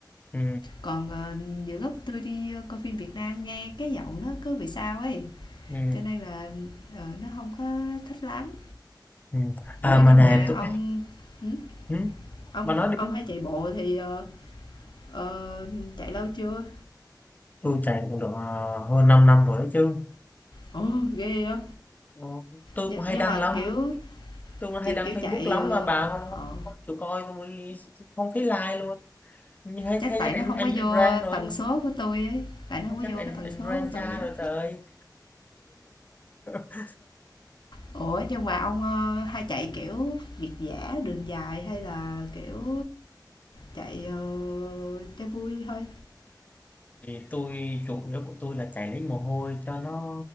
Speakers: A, on the left; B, on the left.
A: ừ.
B: Còn, ờ, nhiều lúc tôi đi ờ, coi phim Việt Nam nghe cái giọng nó cứ bị sao ấy,
A: Ừ.
B: cho nên là, ờ, nó không có thích lắm.
A: Ừ. À
B: Ủa,
A: mà
B: nhưng
A: nè
B: mà
A: tôi
B: ông hửm?
A: ừ,
B: Ông
A: bà nói
B: ông
A: đi
B: hay chạy bộ thì, ờ, ờ, chạy lâu chưa?
A: tôi chạy cũng được ờ, hơn 5 năm rồi đấy chứ
B: Ồ, ghê vậy!
A: Ờ, tôi
B: Nhưng
A: cũng hay
B: nhưng
A: đăng
B: mà,
A: lắm
B: kiểu,
A: tôi cũng hay
B: chỉ,
A: đăng
B: kiểu,
A: Facebook
B: chạy,
A: lắm
B: ờ,
A: mà bà không, không,
B: ờ
A: không chịu coi tôi không thấy like luôn như hay
B: Chắc
A: thấy
B: tại
A: anh
B: nó không
A: anh
B: có
A: anh
B: vô
A: rant rồi
B: tần số của tôi ấy, tại nó
A: hay
B: không có
A: chắc
B: vô
A: anh
B: cái tần
A: anh
B: số
A: rant
B: của
A: cha
B: tôi á.
A: rồi trời <laughs>
B: Ủa, nhưng mà ông, ơ, hay chạy, kiểu, việt dã, đường dài hay là, kiểu, chạy, ờ, cho vui thôi?
A: Thì tôi chủ yếu của tôi là chảy lấy mồ hôi cho nó